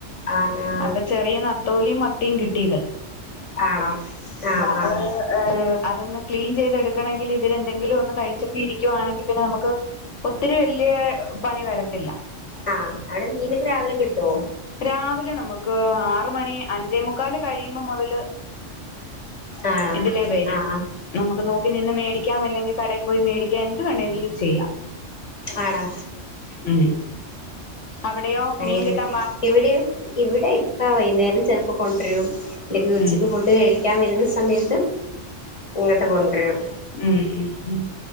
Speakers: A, on the left (about 25°); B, on the left (about 70°).
A: ആഹ ആഹ
B: അപ്പൊ ചെറിയ നത്തോലിയും മത്തിയും കിട്ടിയത്
A: ആണോ
B: <unintelligible>
A: ആഹ് ആഹ്
B: ഏഹ അതൊന്ന് ക്ലീൻ ചെയ്തെടുക്കണമെങ്കിൽ ഇവരെ എന്തെങ്കിലും ഒന്ന് കഴിച്ചൊക്കെ ഇരിക്കുവാണെങ്കിൽ പിന്നെ നമുക്ക് ഒത്തിരി വലിയ പണി വരത്തില്ല
A: ആഹ് അവിടെ മീനൊക്കെ രാവിലെ കിട്ടുമോ
B: രാവിലെ നമുക്ക് ആറ മണി അഞ്ചേ മുുക്കാല് കഴിയുമ്പോ മുതല്
A: ആണോ
B: ഇതിലേ വരും
A: ആഹ് ആഹ്
B: നമുക്ക് നോക്കി നിന്ന് മേടിക്കാം അല്ലെങ്കിൽ കടയിൽ പോയി മേടിക്കാം എന്ത് വേണമെങ്കിലും ചെയ്യാം
A: ആണ
B: ഉം അവിടെയോ
A: അങ്ങനെ
B: മീൻ കിട്ടാ
A: ഇവിടെ ഇവിടെയക്ക വൈകുന്നേരം ചിലപ്പോൾ കൊണ്ടുവരും ഇല്ലെങ്കിൽ ഉച്ചയ്ക്ക്
B: ഉം
A: ഫുഡ് കഴിക്കും കയിക്കാൻ വരുന്ന സമയത്ത് ഇങ്ങോട്ട് കൊണ്ടുവരും
B: ഉം ഉം ഉം